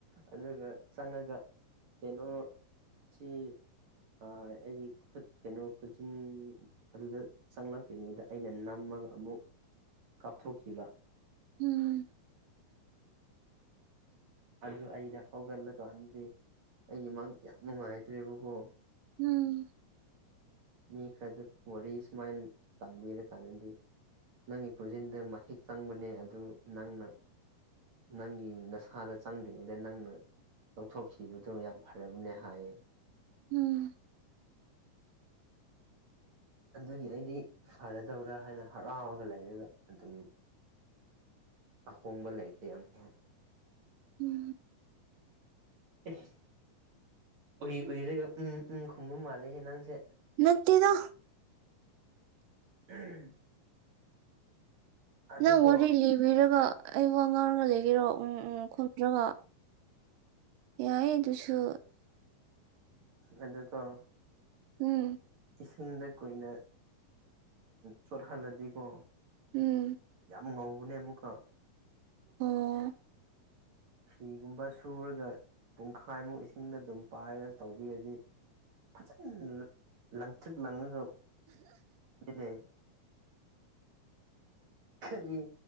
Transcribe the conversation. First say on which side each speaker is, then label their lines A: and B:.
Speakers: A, on the right; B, on the right.
A: ꯑꯗꯨꯒ ꯆꯪꯉꯒ ꯀꯩꯅꯣ ꯁꯤ ꯑꯩꯒꯤ ꯈꯨꯠ ꯀꯩꯅꯣ ꯈꯨꯖꯤꯟ ꯑꯗꯨꯗ ꯆꯪꯂꯛꯇ꯭ꯔꯤꯉꯩꯗ ꯑꯩꯅ ꯅꯝꯃꯒ ꯑꯃꯨꯛ ꯀꯥꯞꯊꯣꯛꯈꯤꯕ
B: ꯎꯝ
A: ꯑꯗꯨ ꯑꯩꯅ ꯍꯧꯒꯠꯂꯀꯥꯟꯗꯗꯤ ꯑꯩꯒꯤ ꯃꯪꯗꯤ ꯌꯥꯝ ꯅꯨꯡꯉꯥꯏꯇ꯭ꯔꯦꯕꯀꯣ
B: ꯎꯝ
A: ꯃꯤ ꯈꯔꯗ ꯋꯥꯔꯤ ꯁꯨꯃꯥꯏꯅ ꯇꯝꯕꯤꯔꯀꯥꯟꯗꯗꯤ ꯅꯪꯒꯤ ꯈꯣꯟꯖꯤꯟꯗ ꯃꯍꯤꯛ ꯆꯪꯕꯅꯦ ꯑꯗꯨ ꯅꯪꯅ ꯅꯪꯒꯤ ꯅꯁꯥꯗ ꯆꯪꯗ꯭ꯔꯤꯉꯩꯗ ꯅꯪꯅ ꯂꯧꯊꯣꯛꯈꯤꯕꯗꯨ ꯌꯥꯝ ꯐꯔꯕꯅꯦ ꯍꯥꯏꯌꯦ
B: ꯎꯝ
A: ꯑꯗꯒꯤ ꯑꯩꯗꯤ ꯐꯔꯗꯧꯔꯥ ꯍꯥꯏꯅ ꯍꯔꯥꯎꯔꯒ ꯂꯩꯔꯒ ꯑꯗꯨꯝ ꯑꯍꯣꯡꯕ ꯂꯩꯇꯦ ꯑꯃꯛ
B: ꯎꯝ
A: ꯑꯦ ꯎꯏ ꯎꯏꯔꯒ ꯎꯝ ꯎꯝ ꯈꯨꯝꯕ ꯃꯥꯜꯂꯦꯍꯦ ꯅꯪꯁꯦ
B: ꯅꯠꯇꯦꯗ
A: ꯎꯝ ꯑꯗꯨꯀꯣ
B: ꯅꯪ ꯋꯥꯔꯤ ꯂꯤꯕꯤꯔꯒ ꯑꯩ ꯋꯥ ꯉꯥꯡꯔꯒ ꯂꯩꯒꯦꯔꯣ ꯎꯝ ꯎꯝ ꯈꯨꯝꯗ꯭ꯔꯒ ꯌꯥ ꯑꯗꯨꯁꯨ
A: ꯑꯗꯨꯀꯣ
B: ꯎꯝ
A: ꯏꯁꯤꯡꯗ ꯀꯨꯏꯅ ꯆꯣꯠꯍꯜꯂꯗꯤꯀꯣ
B: ꯎꯝ
A: ꯌꯥꯝ ꯉꯧꯕꯅꯦ ꯑꯃꯨꯛꯀ
B: ꯑꯣ
A: ꯐꯤꯒꯨꯝꯕ ꯁꯨꯔꯒ ꯄꯨꯡꯈꯥꯏꯃꯨꯛ ꯏꯁꯤꯡꯗ ꯑꯗꯨꯝ ꯄꯥꯏꯔꯒ ꯇꯧꯕꯤꯔꯗꯤ ꯐꯖꯅ ꯂꯪꯊ꯭ꯔꯤꯛꯂꯥꯡꯅꯅꯦ ꯀꯔꯤ